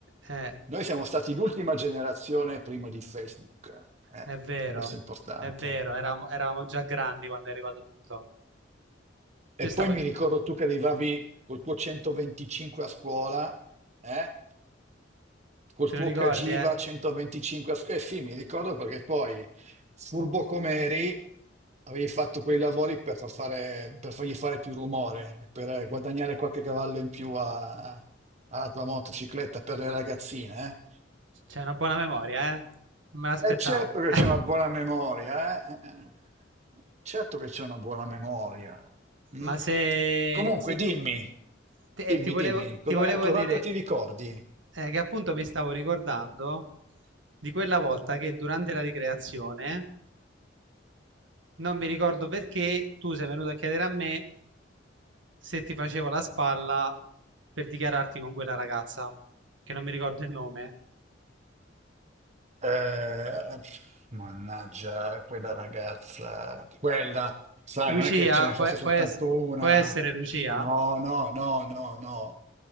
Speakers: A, on the right; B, on the right.
A: Eh,
B: Noi siamo stati l'ultima generazione prima di Facebook, eh?
A: è vero,
B: E questo è importante.
A: è vero, eravamo, eravamo già grandi quando è arrivato tutto.
B: E
A: Io stavo...
B: poi mi
A: gi-
B: ricordo tu che arrivavi col tuo 125 a scuola, eh? Col
A: Te
B: tuo
A: lo ricordi,
B: Cagiva
A: eh?
B: 125 a scuola. Eh sì, mi ricordo perché poi, furbo come eri, avevi fatto quei lavori per, far fare- per fargli fare più rumore, e per guadagnare qualche cavallo in più a- alla tua motocicletta per le ragazzine, eh?
A: C'è una buona memoria, eh? Non me l'aspettavo.
B: È certo che
A: <laughs>
B: c'è una buona memoria, eh? Certo che c'è una buona memoria.
A: Ma
B: mm?
A: se,
B: Comunque,
A: se-
B: dimmi,
A: te-
B: dimmi,
A: eh, ti volevo,
B: dimmi, cosa-
A: ti volevo
B: cos'altro
A: dire
B: ti ricordi?
A: eh, che appunto mi stavo ricordando di quella volta che durante la ricreazione non mi ricordo perché tu sei venuto a chiedere a me se ti facevo la spalla per dichiararti con quella ragazza, che non mi ricordo il nome.
B: Eh, mannaggia, quella ragazza, quella, sai,
A: Lucia,
B: non è che ce ne
A: può,
B: fosse soltanto
A: può ess-
B: una.
A: può essere Lucia?
B: No, no, no, no, no.